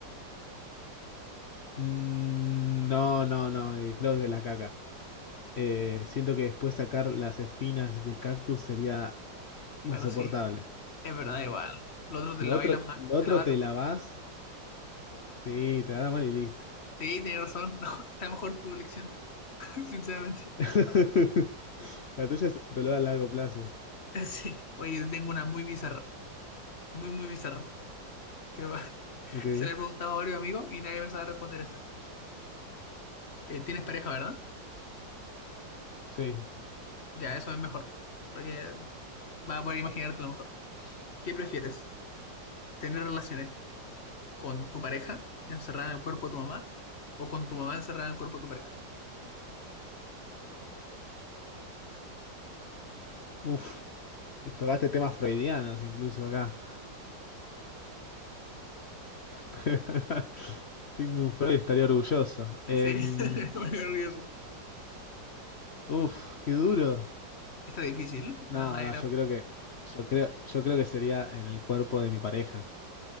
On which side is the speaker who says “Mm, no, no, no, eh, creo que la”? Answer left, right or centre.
Left